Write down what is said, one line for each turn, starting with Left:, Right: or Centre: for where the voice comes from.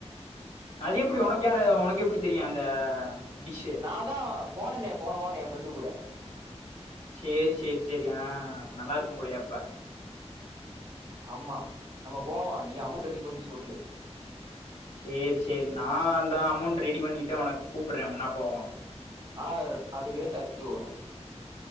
Left: அது எப்புடி ஒனக்கு யாரு ஒனக்கு எப்புடி தெரியு அந்த டிஷ்ஷு
Right: அதா ஃபோனன்னே போன வார ஏ ஃப்ரெண்டு கூட
Left: சேரி சேரி சேரி அ நல்லாருக்கும் போலயே அப்ப
Right: அம்மா நம்ப போவா நீ அமௌண்ட் ரெடி பண்ட்டு சொல்லு
Left: சேரி சேரி நா அந்தா அமௌண்ட் ரெடி பண்ணிட்டு ஒனக் கூப்புட்றே ஒன்னா போவா
Right: ஆனா அது ரேட் அதிக வரு